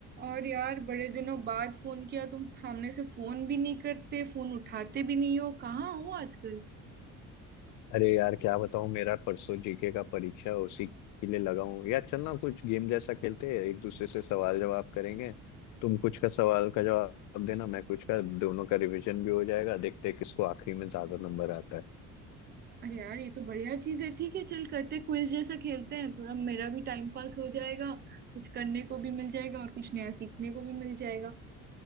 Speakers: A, on the right (about 30°); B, on the left (about 70°).
A: और यार बड़े दिनों बाद फोन किया तुम सामने से फोन भी नहीं करते फोन उठाते भी नहीं हो कहाँ हो आजकल
B: अरे यार क्या बताऊं मेरा परसों जीके का परीक्षा है, उसी के लिए लगा हूं यार चल ना कुछ गेम जैसा खेलते हैं एक दूसरे से सवाल जवाब करेंगे तुम कुछ का सवाल का जवाब देना मैं कुछ का दोनों का रिवीजन भी हो जाएगा देखते हैं किसको आखिरी में ज्यादा नंबर आता है
A: अरे यार ये तो बढ़िया चीज है ठीक है चल करते क्विज जैसा खेलते हैं थोड़ा मेरा भी टाइम पास हो जाएगा कुछ करने को भी मिल जाएगा और कुछ नया सीखने को भी मिल जाएगा